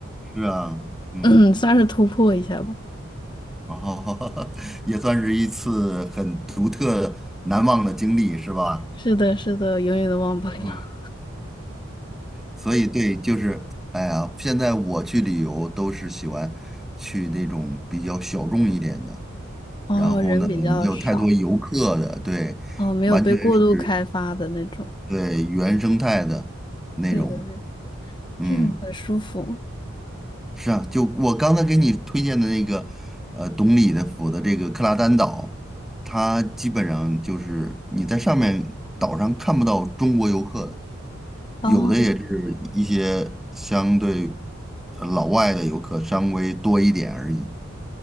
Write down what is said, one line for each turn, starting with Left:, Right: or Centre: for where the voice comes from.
Centre: 是啊，嗯，
Left: 嗯，算是突破一下吧。
Centre: 哦，<laughs> 也算是一次很独特、难忘的经历，是吧？
Left: 是的，是的，永远都忘不了。
Centre: 嗯，所以对，就是，哎呀，现在我去旅游都是喜欢去那种比较小众一点的。
Left: 哦，
Centre: 然后呢，
Left: 人比较少，
Centre: 没有太多游客的，对，
Left: 哦，没有被过度开发的那种。
Centre: 完全是对原生态的那种，
Left: 对的，对的，
Centre: 嗯，
Left: 这种很舒服。
Centre: 是啊，就我刚才给你推荐的那个，呃，懂礼的府的这个克拉丹岛，它基本上就是你在上面岛上看不到中国游客的，
Left: 哦。
Centre: 有的也是一些相对呃老外的游客稍微多一点而已，